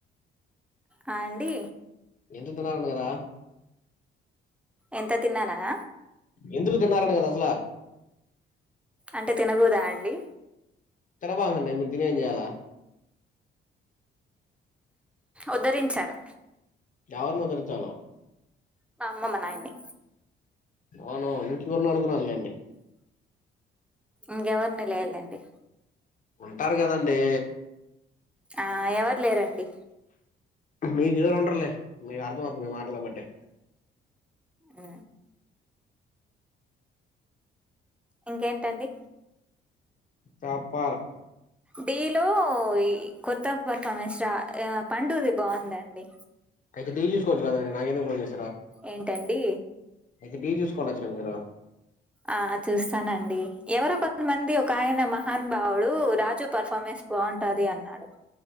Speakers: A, in the centre; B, on the left.
A: ఆ అండి
B: ఎంత తీన్నారు అని కదా
A: ఎంత తిన్నారు అన
B: ఎందుకు తిన్నారను కదా అసలు
A: అంటే తినగుదా అండి
B: తన బకండి ఇప్పుడు తిని ఏం చేయలా
A: ఉద్ధరించాల
B: ఎవరిని ఉద్దరించలో
A: మా అమ్మ మా నాయన్ని
B: అవును ఇంకెవరినో అనుకున్నానులేండి
A: ఇంగ ఎవరిని లేదులెండి
B: ఉంటారు కదండి
A: ఆ ఎవరు లేరండి
B: మీకు ఎవరు ఉండరులే మీకు అర్థం అవుతుంది మీ మాటలు బట్టే
A: ఆ ఇంకేంటండి
B: చెప్పాల
A: డీలో ఈ కొత్త పర్ఫార్మెన్స్ రా ఆ పండుది బాగుందండి
B: అయితే డి నాకు ఎందుకు ఫోన్ చేస్
A: ఏంటండి
B: అయితే బి చూసుకోండచ్చు కదా మీరు
A: ఆ చూస్తానండి ఎవరో కొంతమంది ఒక ఆయన మహాన్ బావుడు రాజు పర్ఫార్మెన్స్ స్పన్ బాంటది అన్నాడు